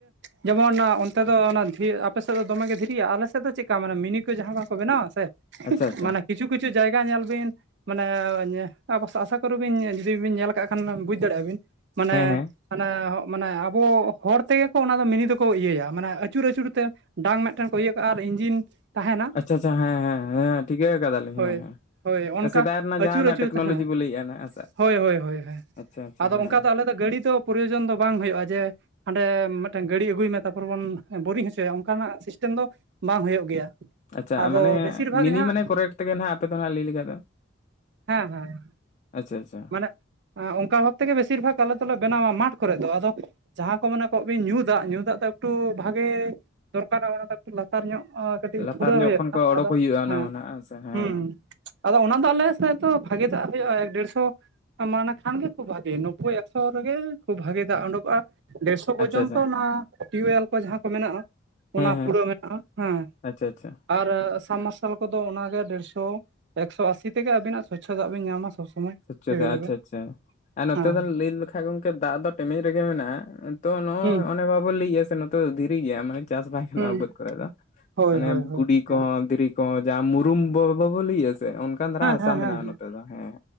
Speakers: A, on the right (about 60°); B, on the left (about 35°).
A: ᱡᱮᱢᱚᱱ ᱚᱱᱛᱮ ᱫᱚ ᱚᱱᱟ ᱟᱯᱮ ᱥᱮᱫ ᱫᱚᱢᱮᱜ ᱜᱮ ᱫᱷᱤᱨᱤᱜ-ᱟ ᱟᱞᱮ ᱥᱮᱫ ᱫᱚ ᱪᱮᱫᱠᱟ ᱢᱟᱱᱮ ᱢᱤᱱᱤ ᱠᱚ ᱡᱟᱦᱟᱸ ᱠᱚ ᱵᱮᱱᱟᱣᱟ ᱥᱮ
B: ᱟᱪᱪᱷᱟ ᱟᱪᱪᱷᱟ
A: ᱢᱟᱱᱮ ᱠᱤᱪᱷᱩ ᱠᱤᱪᱷᱩ ᱡᱟᱭᱜᱟ ᱧᱮᱞ ᱵᱤᱱ ᱢᱟᱱᱮ ᱟᱥᱟ ᱠᱚᱨᱮ ᱵᱤᱱ ᱡᱩᱫᱤ ᱵᱤᱱ ᱧᱮᱞ ᱠᱟᱜ ᱠᱷᱟᱱ ᱵᱩᱡᱽ ᱫᱟᱲᱮᱭᱟᱜ-ᱟ ᱵᱤᱱ ᱢᱟᱱᱮ
B: ᱦᱮᱸ ᱦᱮᱸ
A: ᱟᱱᱟᱮ ᱢᱟᱱᱮ ᱟᱵᱚ ᱦᱚᱲ ᱛᱮᱜᱮ ᱠᱚ ᱚᱱᱟ ᱫᱚ ᱢᱤᱱᱤ ᱫᱚᱠᱚ ᱤᱭᱟᱹᱭᱟ ᱢᱟᱱᱮ ᱟᱹᱪᱩᱨ ᱟᱹᱪᱩᱨ ᱛᱮ ᱰᱟᱝ ᱢᱤᱫᱴᱮᱱ ᱠᱚ ᱤᱭᱟᱹ ᱠᱟᱜ-ᱟ ᱟᱨ ᱤᱧᱡᱤᱱ ᱛᱟᱦᱮᱱᱟ
B: ᱟᱪᱪᱷᱟ ᱟᱪᱪᱷᱟ ᱦᱮᱸ ᱦᱮᱸ ᱴᱷᱤᱠᱟᱹ ᱠᱟᱫᱟᱞᱤᱧ
A: ᱦᱳᱭ
B: ᱦᱮᱸ ᱦᱮᱸ,
A: ᱦᱳᱭ ᱚᱱᱠᱟ
B: ᱥᱮᱫᱟᱭ ᱨᱮᱱᱟᱜ
A: ᱟᱹᱪᱩᱨ
B: ᱡᱟᱦᱟᱱᱟᱜ
A: ᱟᱹᱪᱩᱨ
B: ᱴᱮᱠᱱᱳᱞᱚᱡᱤ
A: ᱛᱟᱦᱮᱸ ᱦᱮᱸ
B: ᱵᱚ ᱞᱟᱹᱭᱮᱫᱼᱟ ᱱᱟᱜ ᱦᱮᱸ ᱥᱮ
A: ᱦᱳᱭ ᱦᱳᱭ ᱦᱳᱭ
B: ᱟᱪᱪᱷᱟ ᱟᱪᱪᱷᱟ
A: ᱟᱫᱚ
B: ᱦᱮᱸ
A: ᱚᱱᱠᱟ ᱫᱚ ᱟᱞᱮ ᱫᱚ ᱜᱟᱹᱰᱤ ᱫᱚ ᱯᱨᱚᱭᱳᱡᱚᱱ ᱫᱚ ᱵᱟᱝ ᱦᱩᱭᱩᱜ-ᱟ ᱡᱮ ᱦᱟᱸᱰᱮ ᱢᱤᱫᱴᱮᱱ ᱜᱟᱹᱰᱤ ᱟᱹᱜᱩᱭ ᱢᱮ ᱛᱟᱨᱯᱚᱨᱮ ᱵᱚᱱ ᱵᱳᱨᱤᱝ ᱦᱚᱪᱚᱭᱟ ᱚᱱᱠᱟᱱᱟᱜ ᱥᱤᱥᱴᱮᱢ ᱫᱚ ᱵᱟᱝ ᱦᱳᱭᱳᱜ ᱜᱮᱭᱟ᱾
B: ᱟᱪᱪᱷᱟ
A: ᱟᱫᱚ
B: ᱢᱟᱱᱮ
A: ᱵᱮᱥᱤᱨ ᱵᱷᱟᱜᱽ
B: ᱢᱤᱱᱤ
A: ᱡᱟᱦᱟᱸ
B: ᱢᱟᱱᱮ ᱠᱚᱨᱮᱠ ᱛᱮᱜᱮ ᱦᱟᱸᱜ ᱟᱯᱮ ᱫᱚ ᱱᱟᱜ ᱞᱟᱹᱭ ᱞᱮᱠᱷᱷᱟᱡ ᱫᱚ
A: ᱦᱮᱸ ᱦᱮᱸ,
B: ᱟᱪᱷᱟ ᱟᱪᱷᱟ ᱾
A: ᱢᱟᱱᱮ ᱚᱱᱠᱟ ᱵᱷᱟᱵ ᱛᱮᱜᱮ ᱵᱮᱥᱤᱨ ᱵᱷᱟᱜᱽ ᱟᱞᱮ ᱫᱚᱞᱮ ᱵᱮᱱᱟᱣᱟ ᱢᱟᱴᱷ ᱠᱚᱨᱮ ᱫᱚ, ᱟᱫᱚ ᱡᱟᱦᱟᱸ ᱠᱚ ᱢᱮᱱᱟ ᱠᱚ ᱵᱤᱱ ᱧᱩ ᱫᱟᱜ ᱧᱩ ᱫᱟᱜ ᱫᱚ ᱮᱠᱴᱩ ᱵᱷᱟᱜᱮ ᱫᱚᱨᱠᱟᱨᱟ ᱚᱱᱟ ᱫᱚ ᱮᱠᱴᱩ ᱞᱟᱛᱟᱨ ᱧᱚᱜ ᱠᱟᱹᱴᱤᱡ
B: ᱞᱟᱛᱟᱨ
A: ᱯᱷᱩᱲᱟᱹᱣ
B: ᱧᱚᱜ
A: ᱦᱩᱭᱩᱜ-ᱟ
B: ᱠᱷᱚᱱ ᱠᱚ ᱚᱰᱳᱠ
A: ᱟᱫᱚ
B: ᱦᱩᱭᱩᱜᱼᱟ ᱚᱱᱟ
A: ᱦᱮᱸ
B: ᱢᱟ ᱱᱟᱜ ᱥᱮ ᱦᱮᱸ
A: ᱦᱩᱸ
B: ᱦᱮᱸ
A: ᱟᱫᱚ ᱚᱱᱟ ᱫᱚ ᱟᱞᱮ ᱥᱮᱫ ᱫᱚ ᱵᱷᱟᱜᱮ ᱫᱟᱜ ᱦᱩᱭᱩᱜ-ᱟ ᱮᱠ ᱰᱮᱲᱥᱚ ᱢᱟᱱᱮ ᱠᱷᱟᱱ ᱜᱮ ᱠᱷᱩᱵ ᱵᱷᱟᱜᱮ <inaudible> ᱮᱠᱥᱚ ᱨᱮᱜᱮ ᱠᱷᱩᱵ ᱵᱷᱟᱜᱤ ᱫᱟᱜ ᱩᱰᱩᱠᱚᱜ-ᱟ᱾ ᱰᱮᱲᱥᱚ ᱯᱚᱨᱡᱚᱱᱛᱚ
B: ᱟᱪᱪᱷᱟ ᱟᱪᱪᱷᱟ
A: ᱚᱱᱟ ᱴᱤᱭᱩᱮᱞ ᱠᱚ ᱡᱟᱦᱟᱸ ᱠᱚ ᱢᱮᱱᱟᱜ-ᱟ
B: ᱦᱮᱸ
A: ᱚᱱᱟ
B: ᱦᱮᱸ
A: ᱯᱷᱩᱲᱟᱹᱣ ᱢᱮᱱᱟᱜ-ᱟ ᱦᱮᱸ
B: ᱟᱪᱪᱷᱟ ᱟᱪᱪᱷᱟ
A: ᱟᱨ ᱥᱟᱵᱢᱟᱨᱥᱟᱞ ᱠᱚᱫᱚ ᱚᱱᱟᱜᱮ ᱰᱮᱲᱥᱚ ᱮᱠᱥᱚ ᱟᱥᱤ ᱛᱮᱜᱮ ᱟᱹᱵᱤᱱᱟᱜ ᱥᱚᱪᱷ ᱫᱟᱜ ᱵᱤᱱ ᱧᱟᱢᱟ ᱥᱚᱵ ᱥᱚᱢᱚᱭ᱾
B: ᱥᱚᱪᱷ
A: ᱮᱵᱮᱞᱮᱵᱮᱞ
B: ᱫᱟ ᱟᱪᱪᱷᱟ ᱟᱪᱪᱷᱟ ᱟᱨ ᱱᱚᱛᱮ
A: ᱦᱮᱸ
B: ᱫᱚ ᱞᱟᱹᱭ ᱞᱮᱠᱷᱟᱡ ᱜᱚᱢᱠᱮ ᱫᱟᱜ ᱫᱚ ᱴᱮᱢᱮᱡ ᱨᱮᱜᱮ ᱢᱮᱱᱟᱜ-ᱟ᱾ ᱛᱚ ᱱᱚ-ᱚᱭ
A: ᱦᱩᱸ
B: ᱚᱱᱮ ᱵᱟᱵᱚ ᱞᱟᱹᱭ ᱜᱮᱭᱟ ᱥᱮ ᱱᱚᱛᱮ ᱫᱚ ᱫᱷᱤᱨᱤ ᱜᱮᱭᱟ ᱢᱟᱱᱮ ᱪᱟᱥ ᱵᱟᱭ ᱜᱟᱱᱚᱜ-ᱟ
A: ᱦᱩᱸ
B: ᱵᱟᱹᱫᱽ ᱠᱚᱨᱮ ᱫᱚ
A: ᱦᱳᱭ
B: ᱢᱟᱱᱮ
A: ᱦᱳᱭ ᱦᱳᱭ
B: ᱜᱩᱰᱤ ᱠᱚᱦᱚᱸ
A: ᱦᱮᱸ
B: ᱫᱷᱤᱨᱤ ᱡᱟᱦᱟᱸ ᱢᱩᱨᱩᱢ ᱵᱟ ᱵᱟᱵᱚ ᱞᱟᱹᱭᱟ ᱥᱮ ᱚᱱᱠᱟᱱ ᱫᱷᱟᱨᱟ ᱦᱟᱥᱟ
A: ᱦᱮᱸ
B: ᱢᱮᱱᱟᱜ-ᱟ
A: ᱦᱮᱸ
B: ᱱᱚᱛᱮ ᱫᱚ ᱦᱮᱸ,